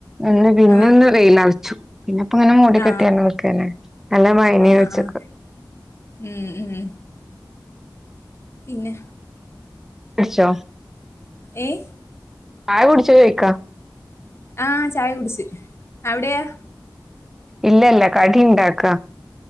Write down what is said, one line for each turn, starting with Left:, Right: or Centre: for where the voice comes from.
Centre: അന്ന് പിന്നെ
Left: ആഹ്
Centre: ഒന്ന് വെയില.. പിന്നെപ്പൊ ഇങ്ങെ മടികെട്ടിയാാണ്
Left: ആഹ്
Centre: നിക്കന്നെ.. നല്ല മഴയായിരുന്നു
Left: ആഹ്
Centre: ഉച്ചയ്ക്ക്.
Left: ആഹ് ഉം ഉം പിന്നെ
Centre: അച്ച്ചോ
Left: എഏ
Centre: പായ കുടിച്ചത് ചോക്കാ
Left: ആഹ ചായ കുടിിച്ചു അവിടെയാ
Centre: ഇല്ല ഇല്ല കടിയുണ്ടാക്ക..